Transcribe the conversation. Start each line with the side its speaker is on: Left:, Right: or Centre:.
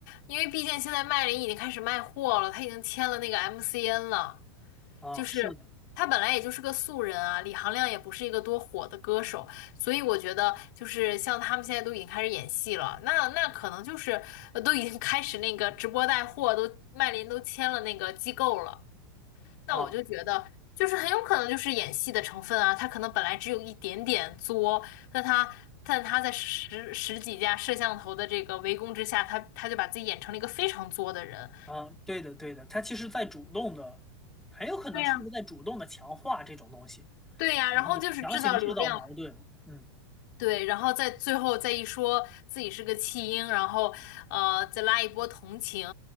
Left: 因为毕竟现在麦琳已经开始卖货了，她已经签了那个 MCN 了，
Centre: 啊，
Left: 就是她本来也就是个素人啊，
Centre: 是的，
Left: 李行亮也不是一个多火的歌手，所以我觉得就是像他们现在都已经开始演戏了，那那可能就是呃都已经开始那个直播带货，都麦琳都签了那个机构了。那我就觉得，
Centre: 啊
Left: 就是很有可能就是演戏的成分啊，他可能本来只有一点点作，但他但他在十十几家摄像头的这个围攻之下，他他就把自己演成了一个非常作的人。
Centre: 啊，对的对的，他其实在主动的，很有可能就是在主动的强化这种东西，
Left: 对呀，对呀，
Centre: 然后强行制造矛盾，
Left: 然后就是制造流量。
Centre: 嗯
Left: 对，然后再最后再一说自己是个弃婴，然后呃再拉一波同情，